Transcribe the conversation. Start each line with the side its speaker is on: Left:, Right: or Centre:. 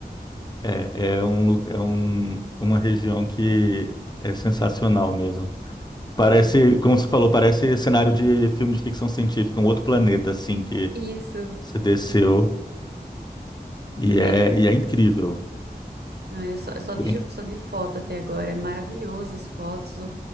Left: É, é um, lu- é um, uma região que é sensacional mesmo. Parece, como você falou, parece cenário de filme de ficção científica, um outro planeta, assim, que
Right: Isso
Left: você desceu e é,
Right: é.
Left: e é incrível.
Right: Não, eu só, eu só vejo,
Left: Tem-
Right: só vi foto até agora. É maravilhoso as fotos. o-